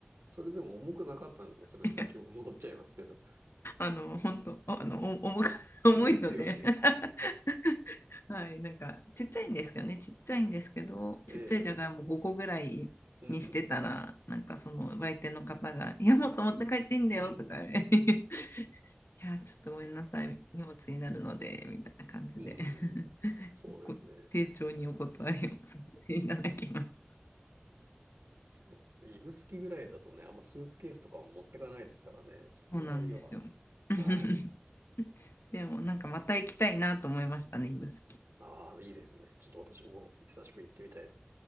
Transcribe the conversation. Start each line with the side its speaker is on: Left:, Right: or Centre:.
Right: それでも重くなかったんですかそれ先も戻っちゃいますけど。
Left: <laughs> あの、本当、あの、お重く <laughs> 重いので
Right: ですよね。
Left: <laughs> はい、なんか、ちっちゃいんですかね、ちっちゃいんですけど、
Right: ええ。
Left: ちっちゃいじゃがいも5個ぐらいにしてたら、
Right: うん。
Left: なんかその売店の方が、いや、もっと持って帰っていいんだよとか、
Right: <laughs>
Left: <laughs> いや、ちょっとごめんなさい、荷物になるので、みたいな感じで
Right: うん。
Left: <laughs>
Right: そうですね。
Left: こ丁重にお断りをさせていただきます。
Right: そうですね。指宿ぐらいだとね、あんまスーツケースとかは持ってかないですからね。そんなには。
Left: そうなんですよ。<laughs>
Right: はい。
Left: でも、なんかまた行きたいなと思いましたね、指宿。
Right: ああ、いいですね。ちょっと私も久しぶりに行ってみたいです。